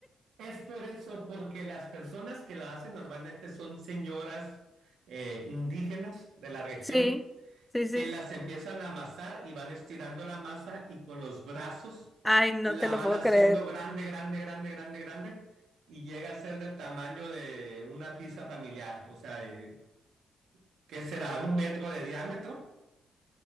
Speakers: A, on the right; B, in the centre.
A: Es por eso, porque las personas que la hacen normalmente son señoras eh, indígenas de la región
B: Sí, sí, sí.
A: que las empiezan a amasar y van estirando la masa y con los brazos
B: Ay, no
A: la
B: te lo
A: van
B: puedo
A: haciendo
B: creer.
A: grande, grande, grande, grande, grande y llega a ser del tamaño de una pizza familiar, o sea, de- ¿qué será? Un metro de diámetro